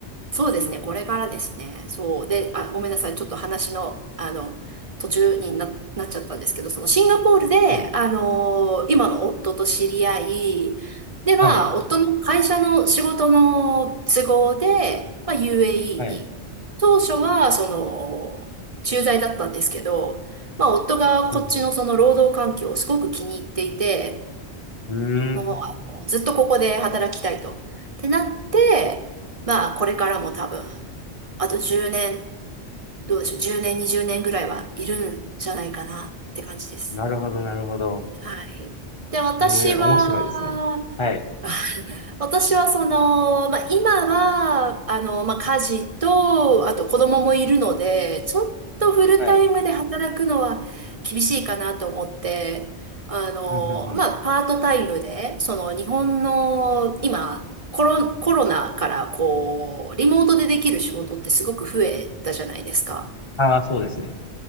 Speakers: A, on the right (about 45°); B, on the left (about 30°).
A: そうですね、これからですね。そう。で、あ、ごめんなさい、ちょっと話の、あの、途中にな、なっちゃったんですけど、そのシンガポールで、
B: はい。
A: あの、今の夫と知り合い、では、
B: はい。
A: 夫の会社の仕事の都合で、まあ、UAE
B: はい。
A: に。当初は、その、駐在だったんですけど、まあ、夫がこっちのその労働環境をすごく気に入っていて、
B: うんうん。
A: もうあのずっとここで働きたいと。
B: うーん。
A: ってなって、まあこれからも多分、あと10年、どうでしょう、10年、20年ぐらいはいるんじゃないかなって感じです。
B: なるほど、なるほど。
A: はい。で、私は、
B: ええ面白いですね。はい。
A: <laughs> 私はその、まあ、今は、あの、まあ、家事と、あと子供もいるので、ちょっとフルタイムで働くのは厳しいかなと思って、
B: はい。
A: あの、
B: うんうんうん。
A: まあ、パートタイムで、その日本の今、コロ、コロナからこう、リモートでできる仕事ってすごく増えたじゃないですか。
B: ああ、そうですね。